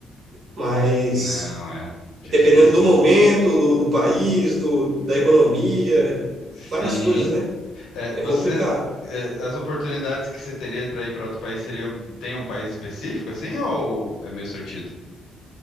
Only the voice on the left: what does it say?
Não, é difícil,
né?
Sim.
É,
você,
é, as oportunidades que você teria para ir para outro país seriam, tem um país específico, assim, ou é meio sortido?